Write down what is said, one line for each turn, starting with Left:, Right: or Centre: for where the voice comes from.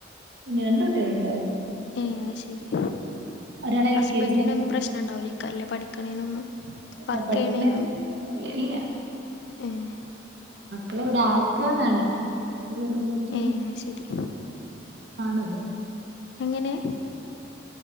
Right: രണ്ട് കുട്ടികളുണ്ട്.
Left: ഏഹ് അത്ശെരി
Right: ഒരാള് എൽ
Left: ഹസ്ബന്റിനൊന്നും
Right: കെ ജി ആണ്
Left: പ്രശ്നണ്ടാവൂലെയ്ക്കാര്ലേ പഠിക്ക്ണേനൊന്നും
Right: ഒരാള്
Left: വർക്കെയ്യ്ണേനൊന്നു
Right: പഠിക്ക്ണേന് ഇല്ല ഇല്ല
Left: ഏഹ്
Right: ല്ല ഇവിടെ ആക്ക്ന്നാണ് ഇത് വരുമ്പോത്തനും
Left: ഏഹ് അത് ശരി
Right: ആണല്ലോ
Left: എങ്ങനെ